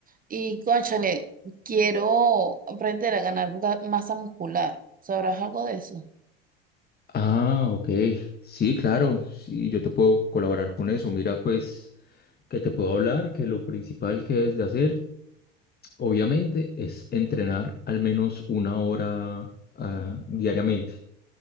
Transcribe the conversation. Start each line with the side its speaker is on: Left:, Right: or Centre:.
Right: y, cónchale, quiero aprender a ganar ga- masa muscular. ¿Sabrás algo de eso?
Left: Ah, ok. Sí, claro. Sí, yo te puedo colaborar con eso. Mira, pues, que te puedo hablar, que lo principal que es de hacer, obviamente, es entrenar al menos una hora ah, diariamente.